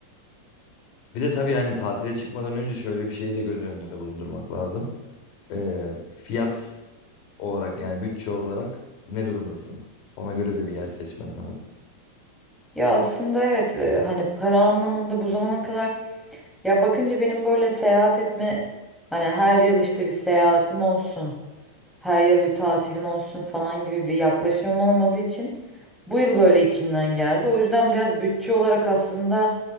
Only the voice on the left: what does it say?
Bir de tabii yani tatile çıkmadan önce şöyle bir şeyi de göz önünde bulundurmak lazım. Ee, fiyat olarak yani bütçe olarak ne durumdasın? Ona göre de bir yer seçmen lazım.